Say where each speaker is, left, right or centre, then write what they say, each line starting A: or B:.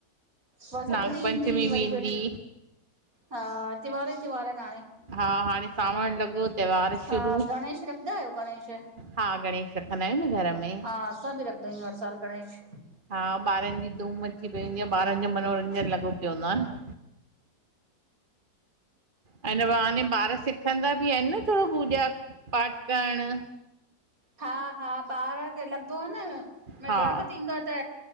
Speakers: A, on the right (about 60°); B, on the right (about 35°).
A: व थदणी
B: नाग पंचमी
A: ईंदी
B: बि
A: वरी
B: ईंदी
A: बर हा त्योहार त्योहार अन हाणे
B: हा हाणे सावण लॻो त्योहार
A: हा
B: शुरू
A: गणेश रखदा आहियो गणेश
B: हा गणेश रखंदा आहियूं न घर में
A: हा, असां बि रखंदा आहियूं हर साल गणेश।
B: हा ॿारनि जी धूम अची पई हूंदी आ, ॿारनि जो मनोरंजन लॻो पियो हूंदो आ न हिन बहाने ॿार सिखंदा बि आहिनि न थोरो पूॼा पाठ करणु
A: हा -हा ॿार खे लॻदो आ न,
B: हा
A: गणपती इंदो आ त